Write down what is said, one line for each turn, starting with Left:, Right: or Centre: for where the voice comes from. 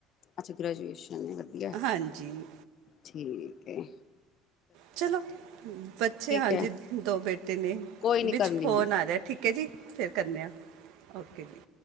Left: ਅੱਛਾ ਗ੍ਰੈਜੂਏਸ਼ਨ ਏ ਵਧੀਆ
Right: ਹਾਂਜੀ
Left: ਠੀਕ ਐ।
Right: ਚਲੋ ਬੱਚੇ ਹਾਂਜੀ
Left: ਏ
Right: ਦੋ ਬੇਟੇ ਨੇ
Left: ਕੋਈ
Right: ਵਿੱਚ
Left: ਨੀ ਕਰਨੀ
Right: ਫ਼ੋਨ
Left: ਮੈਂ
Right: ਆ ਰਿਹਾ ਠੀਕ ਐ ਜੀ। ਫਿਰ ਕਰਨੇ ਆ ਓਕੇ ਜੀ।